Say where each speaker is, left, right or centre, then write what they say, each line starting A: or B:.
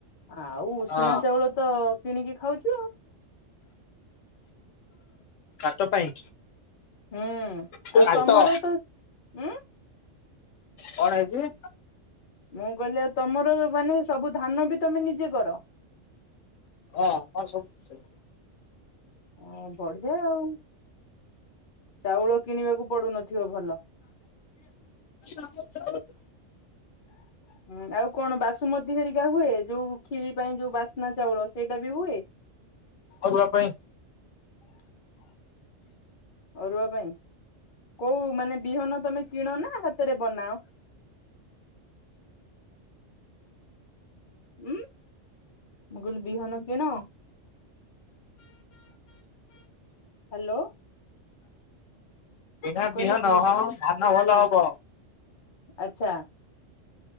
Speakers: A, on the left (about 45°); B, on the left (about 80°).
A: ଆଉ ଉଷୁନା
B: ହଁ
A: ଚାଉଳ ତ କିଣିକି ଖାଉଛୁ ଆଉ।
B: କାଟ ପାଇଁ।
A: ହୁଁ
B: କାଟ
A: ଆଉ ତମର ତ ଉଁ
B: କଣ ହେଇଚି?
A: ମୁଁ କହିଲି ଆଉ ତମର ଉ ମାନେ ସବୁ ଧାନ ବି ତମେ ନିଜେ କର।
B: ହଁ ହଁ ସବୁ ନିଜେ
A: ଓ ବଢିଆ ଆଉ ଚାଉଳ କିଣିବାକୁ ପଡୁନଥିବ ଭଲ।
B: <unintelligible>
A: ହଁ ଆଉ କଣ ବାସୁମତୀ ହେରିକା ହୁଏ। ଯୋଉ ଖିରୀ ପାଇଁ ଯୋଉ ବାସ୍ନା ଚାଉଳ ସେଇଟା ବି ହୁଏ।
B: ଅରୁଆ ପାଇଁ
A: ଅରୁଆ ପାଇଁ କୋଉ ମାନେ ବିହନ ତମେ କିଣ ନା ହାତରେ ବନାଅ? ଉୁଁ ମୁ କଇଲି ବିହନ କିଣ? ହ୍ୟାଲୋ।
B: କିଣା
A: ମୁଁ କହିଲି
B: ବିହନ
A: ବି
B: ହଁ ଧାନ
A: ହୁଁ
B: ଭଲ ହବ।
A: ଆଚ୍ଛା।